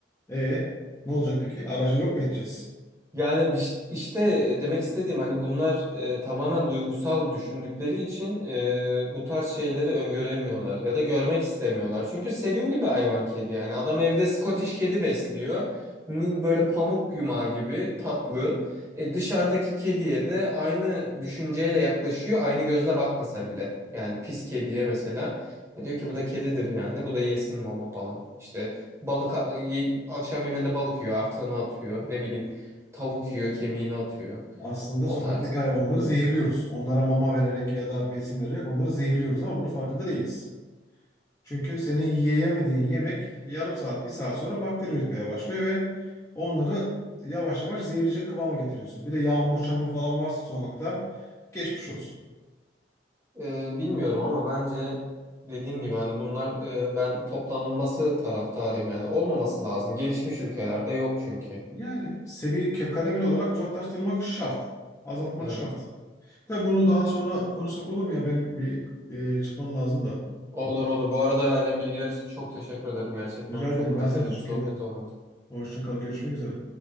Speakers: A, on the left; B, on the right.
A: e ne olacak peki? Aracı yok mu edeceğiz?
B: Yani biş- işte e, demek istediğim hani bunlar e, tamamen duygusal düşündükleri için e, bu tarz şeyleri öngöremiyorlar ya da görmek istemiyorlar. Çünkü sevimli bir hayvan kedi yani. Adam evde Scottish kedi besliyor. Ni- Böyle pamuk yumağı gibi tatlı. E, dışarıdaki kediye de aynı düşünceyle yaklaşıyor. Aynı gözle bakmasa bile. Yani pis kediye mesela. E, Diyor ki bu da kedidir yani. Bu da yesin mama falan. İşte balık a- ye- akşam yemeğinde balık yiyor, artığını atıyor. Ne bileyim Tavuk yiyor, kemiğini atıyor.
A: Aslında
B: O
A: sokaktaki
B: tarz yani.
A: hayvanları zehirliyoruz. Onlara mama vererek ya da besin vererek onları zehirliyoruz ama bunun farkında değiliz. Çünkü senin yiyemediğin yemek yarım saat, bir saat sonra bakteri üretmeye başlıyor ve onları yavaş yavaş zehirleyecek kıvama getiriyorsun. Bir de yağmur, çamur falan varsa sokakta geçmiş olsun.
B: Ee, bilmiyorum ama bence dediğim gibi hani bunlar e, ben toplanılması taraftarıyım yani. Olmaması lazım. Gelişmiş ülkelerde yok çünkü.
A: Yani seviye ke- kademeli olarak uzaklaştırmak şart. Azaltmak
B: Evet.
A: şart. Tabii bunu daha sonra konuşsak olur mu ya? Benim bir e, çıkmam lazım da.
B: Olur olur. Bu arada verdiğin bilgiler için çok teşekkür ederim. Gerçekten
A: Rica
B: çok
A: ederim.
B: kaliteli
A: Ben sana teşekkür
B: bir sohbet
A: ederim.
B: olmuş.
A: Hoşça kal. Görüşmek üzere.